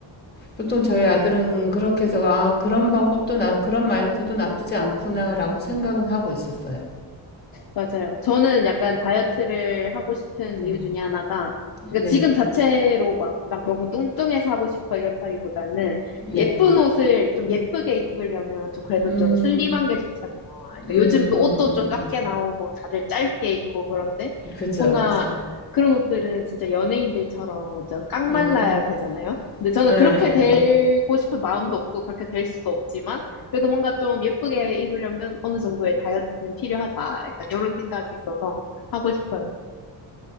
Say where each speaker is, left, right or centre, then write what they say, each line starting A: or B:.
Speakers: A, on the left; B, on the left.
A: 보통 저희 아들은 그렇게 해서 아 그런 방법도 나 그런 마인드도 나쁘지 않구나라고 생각은 하고 있었어요.
B: 맞아요. 저는 약간 다이어트를 하고 싶은
A: 네,
B: 이유 중에 하나가, 그러니까
A: 네,
B: 지금 자체로 막, 막 너무 뚱뚱해서 하고 싶어 이렇다기보다는
A: 네.
B: 예쁜 옷을 좀 예쁘게 입으려면 좀 그래도
A: 음,
B: 좀 슬림한 게 좋잖아요.
A: 음,
B: 그러니까
A: 음,
B: 요즘 또 옷도
A: 음,
B: 좀
A: 음.
B: 작게 나오고 다들 짧게 입고 그런데
A: 그죠,
B: 뭔가
A: 그죠.
B: 그런 옷들은 진짜 연예인들처럼 완전 깡말라야
A: 음,
B: 되잖아요. 근데 저는
A: 예, 예,
B: 그렇게 되고
A: 예.
B: 싶은 마음도 없고 그렇게 될 수도 없지만 그래도 뭔가 좀 예쁘게 입으려면 어느 정도의 다이어트는 필요하다. 약간 이런 생각이 있어서 하고 싶어요.